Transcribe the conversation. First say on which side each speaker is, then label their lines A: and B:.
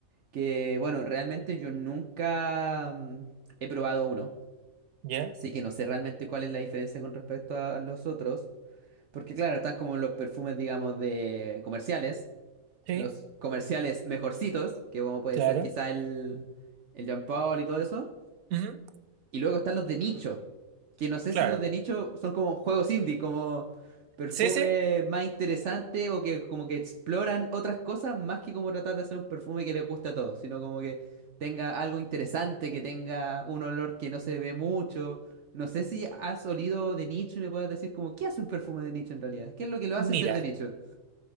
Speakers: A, on the right; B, on the right.
A: que bueno, realmente yo nunca mm, he probado uno,
B: ¿Ya?
A: así que no sé realmente cuál es la diferencia con respecto a los otros. Porque claro, están como los perfumes, digamos, de comerciales,
B: Sí,
A: los comerciales mejorcitos, que como puede
B: claro.
A: ser quizá el, el Jean Paul y todo eso.
B: Ujú,
A: Y luego están los de nicho, que no sé
B: claro.
A: si los de nicho son como juegos indie, como perfume
B: Sí, sí.
A: más interesante o que como que exploran otras cosas más que como tratar de hacer un perfume que les gusta a todos, sino como que tenga algo interesante, que tenga un olor que no se ve mucho. No sé si has olido de nicho y me puedas decir como, ¿qué hace un perfume de nicho en realidad? ¿Qué es lo que lo hace ser
B: Mira,
A: de nicho?